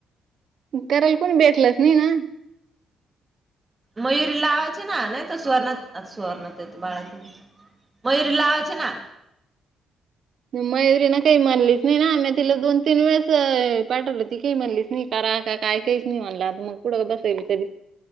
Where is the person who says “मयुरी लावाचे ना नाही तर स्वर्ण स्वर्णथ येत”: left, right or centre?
Right